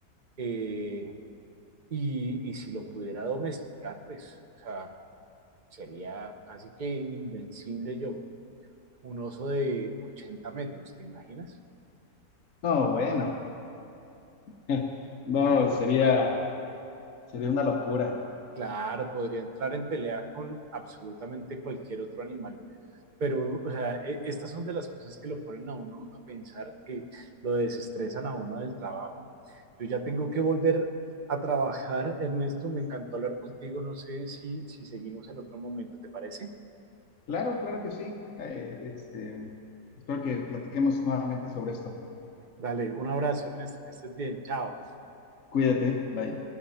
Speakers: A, on the right; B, on the left.
A: eh, y, y si lo pudiera domesticar, pues, o sea, sería casi que invencible yo. Un oso de 80 metros, ¿te imaginas?
B: No, bueno, <laughs> No,
A: Uh,
B: sería, sería una locura.
A: Claro, podría entrar en pelea con absolutamente cualquier otro animal. Pero, o sea, e- estas son de las cosas que lo ponen a uno a pensar, que lo desestresan a uno del trabajo. Yo ya tengo que volver a trabajar, Ernesto. Me encantó hablar contigo. No sé si, si seguimos en otro momento, ¿te parece?
B: Claro, claro que sí. Eh, este, espero que platiquemos nuevamente sobre esto.
A: Dale, un abrazo, Ernesto, que estés bien, chao.
B: Cuídate, bye.